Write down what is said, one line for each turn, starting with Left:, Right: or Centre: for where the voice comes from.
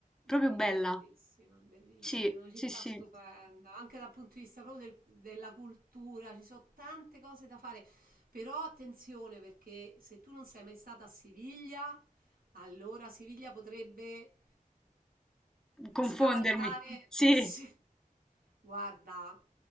Centre: Proprio
Right: Parigi
Centre: bella.
Right: è bellissima, bellissima,
Centre: Sì,
Right: è una città
Centre: sì, sì.
Right: stupenda, anche dal punto di vista proprio del- della cultura, ci sono tante cose da fare, però attenzione perché se tu non sei mai stata a Siviglia, allora Siviglia potrebbe
Centre: Confondermi.
Right: scavalcare.
Centre: Sì,
Right: Sì. Guarda,